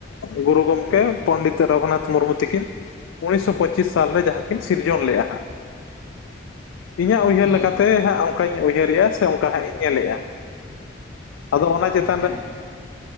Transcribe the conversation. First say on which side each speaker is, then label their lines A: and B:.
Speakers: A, on the left (about 85°); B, on the left (about 35°).
A: ᱜᱩᱨᱩ ᱜᱚᱢᱠᱮ
B: ᱮᱠᱫᱚᱢ ᱮᱠᱫᱚᱢ
A: ᱯᱚᱱᱰᱤᱛ ᱨᱚᱜᱩᱱᱟᱛᱷ ᱢᱩᱨᱢᱩ ᱛᱤᱠᱤᱱ᱾ ᱩᱱᱤᱥᱥᱚ ᱯᱚᱸᱪᱤᱥ ᱥᱟᱞᱨᱮ ᱡᱟᱦᱟᱸ ᱠᱤᱱ ᱥᱤᱨᱡᱚᱱ ᱞᱮᱫᱜᱼᱟ ᱦᱟᱸᱜ ᱤᱧᱟᱹᱜ ᱩᱭᱦᱟᱹᱨ
B: ᱦᱩᱸ
A: ᱞᱮᱠᱟᱛᱮ
B: ᱦᱩᱸ
A: ᱦᱟᱸᱜ ᱚᱱᱠᱟᱧ ᱩᱭᱦᱟᱹᱨᱮᱜᱼᱟ᱾ ᱥᱮ ᱚᱱᱠᱟ ᱦᱟᱸᱜ ᱤᱧ ᱧᱮᱞᱮᱜᱼᱟ᱾ ᱟᱫᱚ ᱚᱱᱟ ᱪᱮᱛ
B: ᱦᱮᱸ ᱦᱮᱸ ᱦᱮᱸ